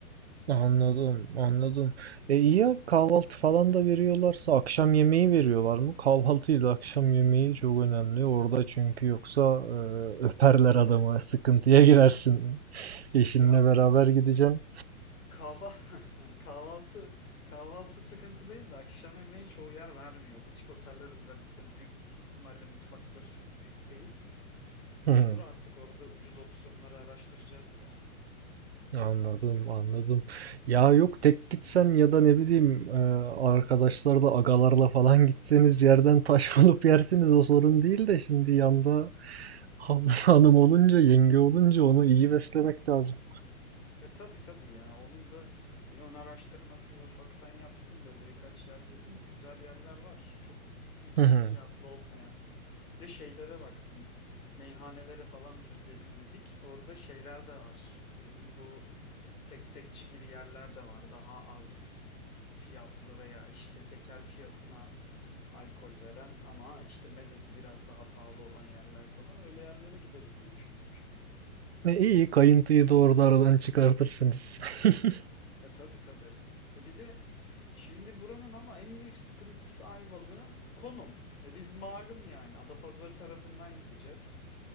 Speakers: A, on the right; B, on the left.
A: Anladım, anladım. E iyi ya kahvaltı falan da veriyorlarsa akşam yemeği veriyorlar mı? Kahvaltıyla akşam yemeği çok önemli orada çünkü yoksa e, öperler adamı, <laughs> sıkıntıya girersin. Eşinle
B: Ya
A: beraber gideceğim.
B: kahva <laughs> kahvaltı kahvaltı sıkıntı değil de akşam yemeği çoğu yer vermiyor. Butik oteller özellikle büyük ihtimalle mutfakları çok büyük değil. Mecbur
A: Hı,
B: artık orada ucuz opsiyonları araştıracağız ya.
A: Anladım, anladım. Ya yok tek gitsen ya da ne bileyim e, arkadaşlarla, agalarla falan gitseniz yerden taş <laughs> bulup yersiniz o sorun değil de şimdi yanda han- <laughs> hanım olunca, yenge olunca onu iyi beslemek lazım.
B: E tabii tabii ya. Onun da bir ön araştırmasını ufaktan yaptım. Böyle birkaç yer buldum. Güzel yerler var. Çok yüksek
A: Hı hı.
B: fiyatlı olmayan. Bir de şeylere baktım. Meyhanelere falan bir gidelim dedik. Orada şeyler de var. Bizim bu tek tekçi gibi yerler de var. Daha az fiyatlı veya işte tekel fiyatına alkol veren ama işte mezesi biraz daha pahalı olan yerler falan. Öyle yerlere gideriz diye düşündük.
A: E, iyi kayıntıyı doğru aradan çıkartırsınız. <laughs>
B: E tabii tabii. E bir de Şimdi buranın ama en büyük sıkıntısı Ayvalık'ın konum. E biz malum yani Adapazarı tarafından gideceğiz.